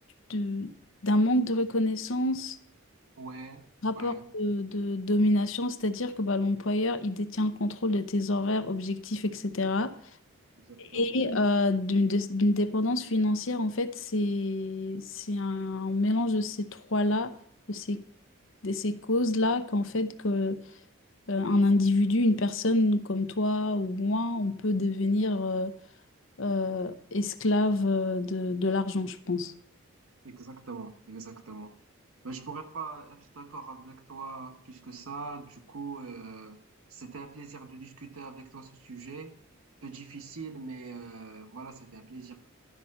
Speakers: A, on the left; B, on the right.
A: de- d'un manque de reconnaissance
B: Ouais,
A: rapport
B: ouais,
A: de, de domination, c'est-à-dire que bah, l'employeur, il détient le contrôle de tes horaires, objectifs, etc.
B: exactement.
A: Et euh, d'une dé- d'une dépendance financière, en fait, c'est c'est un mélange de ces trois-là, de ces, de ces causes-là, qu'en fait, que, euh, un individu, une personne comme toi ou moi, on peut devenir euh, euh, esclave euh, de, de l'argent, je pense.
B: Exactement, exactement. Ben, je pourrais pas être d'accord avec toi plus que ça. Du coup, euh, c'était un plaisir de discuter avec toi ce sujet. Peu difficile, mais euh, voilà, c'était un plaisir.